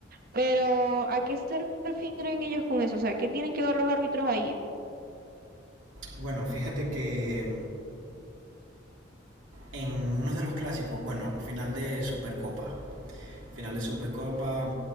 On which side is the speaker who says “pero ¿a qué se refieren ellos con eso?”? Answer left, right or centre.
Right